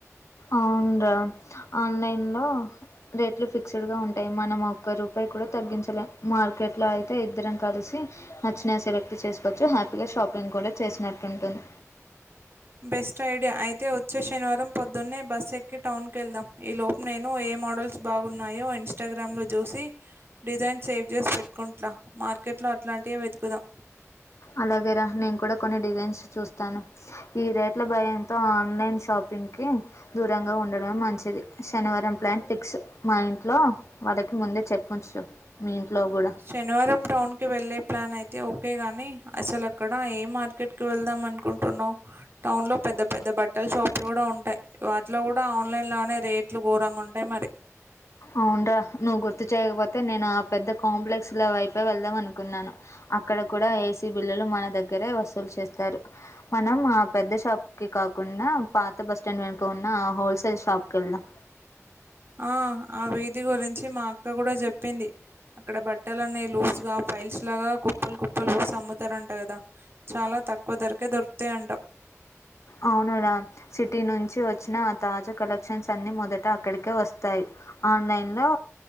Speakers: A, on the left; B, on the right.
A: అవును రా ఆన్లైన్ లో రేట్లు ఫిక్స్ చేయడమే ఉంటాయి మనం ఒక్క రూపాయి కూడా తగ్గించలేం మార్కెట్లో అయితే ఇద్దరం కలిసి నచ్చిన సెలెక్ట్ చేసుకోవచ్చు హ్యాపీగా షాపింగ్ కూడా చేసినట్టు ఉంటుంది.
B: బెస్ట్ ఐడియా అయితే వచ్చే శనివారం పొద్దున్నే బస్సు ఎక్కి టౌన్కి ఎళ్దాం ఈ లోపు నేను ఏ మోడల్స్ బాగున్నాయో ఇన్స్టాగ్రామ్ లో జూసి డిజైన్ సేవ్ చేసి వేట్టుకుంటున్నా, మార్కెట్ లో అట్లాంటివే వెతుకుదాం.
A: అలాగే రా నేను కూడా కొన్ని డిజైన్స్ చూస్తాను, ఈ రేట్ల భయంతో ఆన్లైన్ షాప్ పింగ్ కి దూరంగా ఉండడంమే మంచిది, శనివారం ప్లాన్ ఫిక్స్. మా ఇంట్లో వాళ్ళకి ముందే చెప్పించు, మీ ఇంట్లో గుడ.
B: శనివారం టౌన్ కి వెళ్ళే ప్లాన్ అయితే ఓకే గాని, అసలు అక్కడ ఏ మార్కెట్ కు వెళ్దాం అనుకుంటున్నావ్? టౌన్ లో పెద్ద పెద్ద బట్టల షాపులు గుడా ఉంటయి. వాటిలో గుడా ఆన్లైన్ లోనే రేట్లు ఘోరంగా ఉంటయి మరి.
A: అవునరా నువ్వు గుర్తు చేయకపోతే నేను ఆ పెద్ద కాంప్లెక్స్ లో వైప వెళ్దాం అనుకున్నాను. అక్కడ కుడా ఏ సీ బిల్లలు మన దగ్గరే వసూలు చేస్తారు. మనం ఆ పెద్ద షాప్ కి కాకుండా, పాత బస్ స్టాండ్ వెనుక ఉన్న ఆ హోల్సేల్ షాప్ కి వెళ్దాం.
B: ఆ ఆ వీది గురించి మా అక్క గుడ చెప్పింది. అక్కడ బట్టలన్నీ లూస్ గా, ఫైల్స్ లాగా కుప్పలు కుప్పలు ఏసీ అమ్ముతరంట కదా. చాలా తక్కువ ధరకే దొరుకుతయంట.
A: అవును రా సిటీ నుంచి వచ్చిన ఆ తాజా కలెక్షన్స్ అన్ని మొదట అక్కడికే వస్తాయి. ఆన్లైన్ లో